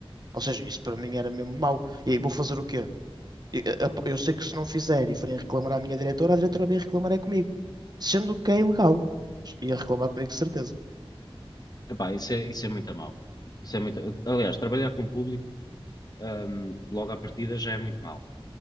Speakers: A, on the right; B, on the left.
A: Ou seja, isso para mim era mesmo mau. E aí vou fazer o quê? Eu, eu- eu sei que se não fizer e forem reclamar à minha diretora, a diretora vem reclamar é comigo. Sendo que é ilegal. Ia reclamar comigo de certeza.
B: Epá, isso é, isso é muito a mal. Isso é muito... Aliás, trabalhar com o público, hum, logo à partida já é muito mal.